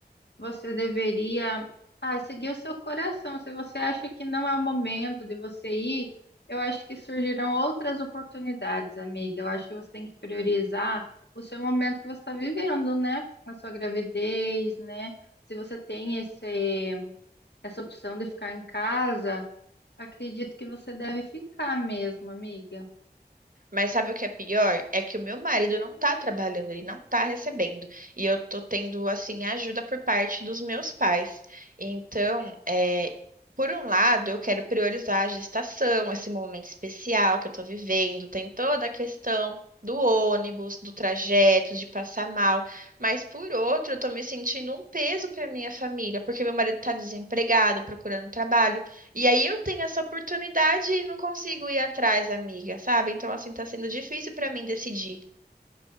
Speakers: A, on the left (about 85°); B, on the right (about 55°).
A: você deveria, ah, seguir o seu coração. Se você acha que não é o momento de você ir, eu acho que surgirão outras oportunidades, amiga. Eu acho que você tem que priorizar o seu momento que você está vivendo, né? A sua gravidez, né? Se você tem esse, essa opção de ficar em casa, acredito que você deve ficar mesmo, amiga.
B: Mas sabe o que é pior? É que o meu marido não tá trabalhando, ele não tá recebendo. E eu tô tendo, assim, ajuda por parte dos meus pais. Então, é, por um lado, eu quero priorizar a gestação, esse momento especial que eu tô vivendo. Tem toda a questão do ônibus, do trajeto, de passar mal. Mas, por outro, eu tô me sentindo um peso pra minha família, porque meu marido tá desempregado, procurando trabalho. E aí eu tenho essa oportunidade e não consigo ir atrás, amiga, sabe? Então, assim, tá sendo difícil pra mim decidir.